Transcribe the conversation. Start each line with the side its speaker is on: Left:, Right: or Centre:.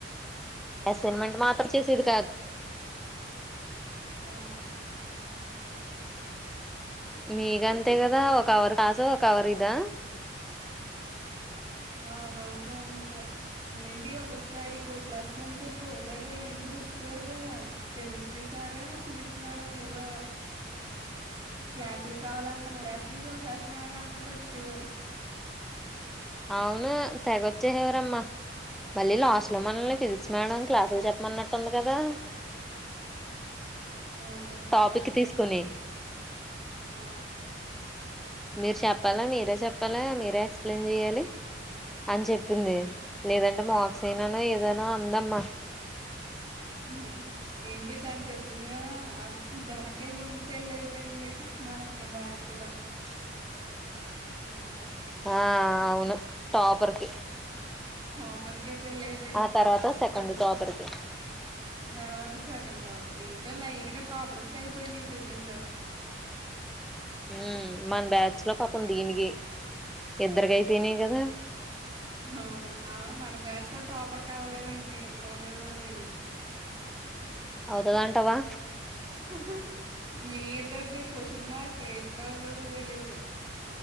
Right: అదే
Centre: అసైన్మెంట్ మాత్రం చ్చేసి ఇదికాద్
Right: ఆ <inaudible> పె
Centre: మీ గం తే కదా ఒ కవర్ కాసో కవరిదా
Right: ఆ మాకు అంతే ఏంటి ఒక్కొకసారి టూ క్లాసెస్ అని చెప్పి హోతేగా ఏంటి వచ్చేసేవారు కదా కెమిస్ట్రీ సారే ఫిజిక్స్ మేడం ఏదో క్లాసులు కావాలన్న ఒక్లాస్ నీది ఒ క్లాస్ నాది అన్నట్టు వచ్చేవారు.
Centre: అవును తెగొచ్చేసేవారు అమ్మ మళ్ళీ లాస్ట్ లో మనల్ని ఫిజిక్స్ మేడం క్లాసులు చెప్పమన్నట్టు ఉంది కదా
Right: అవును
Centre: టాపిక్ తీసుకొని
Right: ఆ
Centre: మీరు చెప్పాలా మీరే చెప్పాలా మీరే ఎక్స్ప్లెయిన్ చెయ్యాలి అని చెప్పింది. లేదంటే మార్క్స్ అయినానా ఏదైనా అందమ్మా.
Right: పుహ్ ఏంటి తను చెప్పింది కదా తనకే ముందు పెళ్లి అయిపోయింది మన బ్యాచ్ లో
Centre: ఆ
Right: ఉ
Centre: ఆ అవును టాపర్కి
Right: టాపర్కే పెళ్లి అయిపోయింది
Centre: ఆ
Right: చూడు
Centre: తర్వాత
Right: ఫస్ట్
Centre: సెకండ్
Right: ఫస్ట్
Centre: టాపర్ కి
Right: తర్వాత సెకండ్ టాపర్ ఏంటో లైన్గా టాపర్స్కే అయిపోయింది. పెళ్లిళ్లు
Centre: ఉ మన బ్యాచ్ లో పాపం దీనికి ఇద్దరికి అయిపోయినాయి కదా
Right: అవును అవును మన బ్యాచ్ లో టాపర్ కవలేదు ఇంకా ఎప్పుడవుతుందో కూడా తెలీదు.
Centre: అవుతదంటావా
Right: హుహ్ మీ ఇద్దరిది క్వొశ్చన్ మార్క్ ఎ ప్పుడవుతదో తెలీదు.